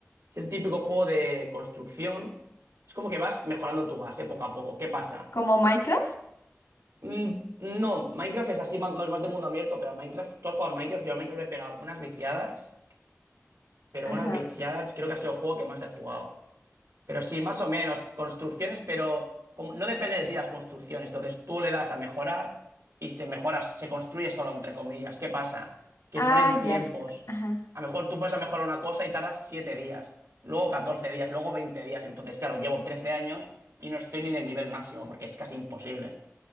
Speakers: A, on the right (about 85°); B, on the left (about 85°).
A: es el típico juego de construcción. Es como que vas mejorando tu base poco a poco. ¿Qué pasa?
B: ¿Como Minecraft?
A: Mm, no, Minecraft es así, más, más- de mundo abierto, pero a Minecraft, tú has jugado al Minecraft, yo a Minecraft le he pegado unas viciadas, pero
B: Ajá.
A: unas viciadas, creo que ha sido el juego que más he jugado. Pero sí, más o menos, construcciones, pero como- no depende de ti las construcciones. Entonces tú le das a mejorar y se mejora, se construye solo, entre comillas. ¿Qué pasa? Que
B: Ah,
A: ponen
B: ya.
A: tiempos.
B: Ajá.
A: A lo mejor tú puedes mejorar una cosa y tardas 7 días, luego 14 días, luego 20 días. Entonces, claro, llevo 13 años y no estoy ni en el nivel máximo porque es casi imposible.